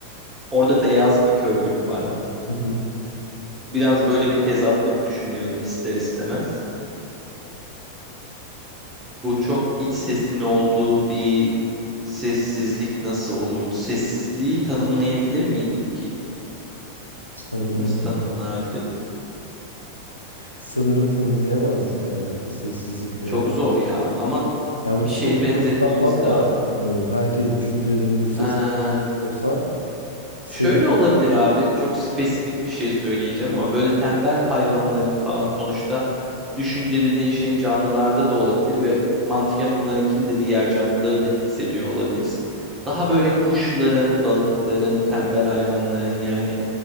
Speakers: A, on the right; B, on the left.
A: Orada beyaz bir körlük var.
B: Hı hı.
A: Biraz böyle bir tezatlık düşünüyorum ister istemez. Bu çok iç sesin olduğu bir sessizlik nasıl olurdu? Sessizliği tanımlayabilir miydik ki?
B: Sanırım
A: Nasıl tanımlardık?
B: sanırım tanımlayamazdık herhalde. Sessizlik neye
A: Çok zor ya ama
B: Ya bu
A: bir
B: çok
A: şeye benzetmemiz
B: uyuklanman
A: lazım.
B: lazım sanırım. Herkes düşüncelerini yüksek
A: Ee,
B: sesle olsa ses...
A: şöyle olabilir abi. Çok spesifik bir şey söyleyeceğim ama böyle tembel hayvanların falan sonuçta düşünce dediğin şey canlılarda da olabilir ve mantıken onlarınkini de diğer canlıları da hissediyor olabiliriz. Daha böyle kuşların, balıkların, tembel hayvanların yani